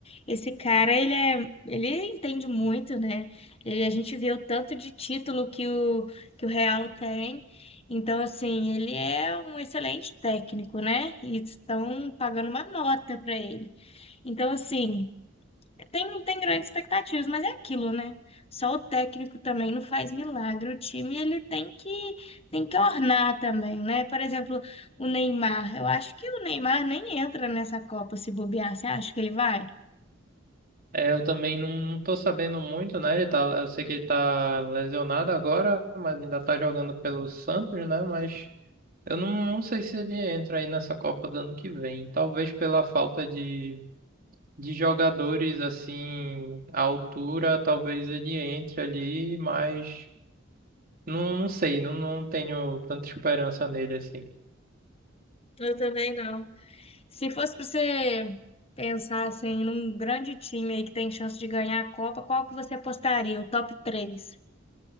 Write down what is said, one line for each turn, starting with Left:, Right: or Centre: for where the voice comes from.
Left: esse cara, ele é, ele entende muito, né? Ele, a gente vê o tanto de título que o, que o Real tem. Então, assim, ele é um excelente técnico, né? E estão pagando uma nota para ele. Então, assim, tem, tem grandes expectativas, mas é aquilo, né? Só o técnico também não faz milagre. O time ele tem que tem que ornar também, né? Por exemplo, o Neymar. Eu acho que o Neymar nem entra nessa Copa se bobear. Você acha que ele vai?
Right: É, eu também não tô sabendo muito, né? Ele tá, eu sei que ele tá lesionado agora, mas ainda tá jogando pelo Santos, né? Mas Eu não, não sei se ele entra aí nessa Copa do ano que vem. Talvez pela falta de, de jogadores assim à altura, talvez ele entre ali, mas não, não sei, não, não tenho tanta esperança nele assim.
Left: Eu também não. Se fosse para você pensar assim, num grande time aí que tem chance de ganhar a Copa, qual que você apostaria? O top três